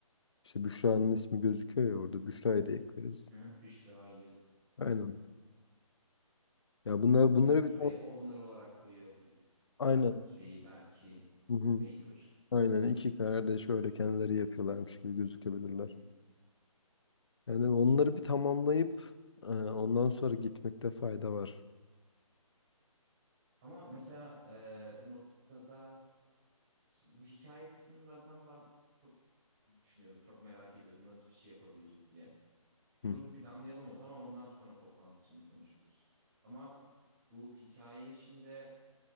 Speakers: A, on the left (about 50°); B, on the right (about 25°).
A: işte Büşra'nın ismi gözüküyor ya orada. Büşra'yı da ekleriz.
B: Hı hı, Büşra'yı
A: Aynen. Ya bunlar bunları
B: Büşra'yı
A: bir
B: owner olarak koyabiliriz.
A: aynen.
B: Ar- Şeyi belki
A: Hı hı.
B: maker.
A: Aynen iki kardeş öyle kendileri yapıyorlarmış gibi gözükebilirler.
B: Hı hı.
A: Yani onları bir tamamlayıp e, ondan sonra gitmekte fayda var.
B: Ama mesela eee, bu noktada Şimdi bu hikaye kısmını zaten ben çok düşünüyorum, çok merak ediyorum nasıl bir şey yapabiliriz diye.
A: Hı
B: Bunu bir planlayalım o zaman ondan sonra toplantı için konuşuruz. Ama bu hikaye işinde